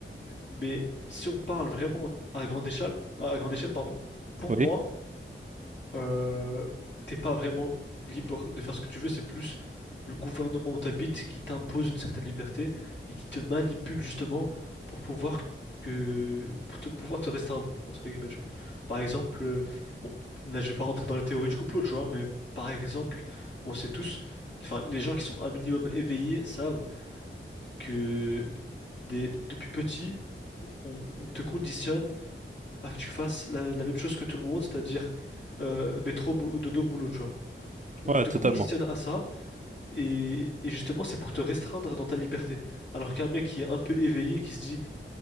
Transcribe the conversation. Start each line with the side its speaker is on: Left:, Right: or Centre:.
Left: Mais si on parle vraiment à grande échelle, à grande échelle, pardon, pour
Right: Oui,
Left: moi, euh, t'es pas vraiment libre de faire ce que tu veux, c'est plus le gouvernement où t'habites qui t'impose une certaine liberté et qui te manipule justement pour pouvoir que pour te, pouvoir te restreindre, entre guillemets, tu vois. Par exemple, euh, bon, là je vais pas rentrer dans les théories du complot, tu vois, mais par exemple, on sait tous, enfin les gens qui sont un minimum éveillés savent que des- depuis petit, on on te conditionne à que tu fasses la, la même chose que tout le monde, c'est-à-dire euh, métro, bou- dodo, boulot, tu vois. On
Right: ouais,
Left: te
Right: totalement.
Left: conditionne à ça, et, et justement, c'est pour te restreindre dans ta liberté. Alors qu'un mec qui est un peu éveillé, qui se dit,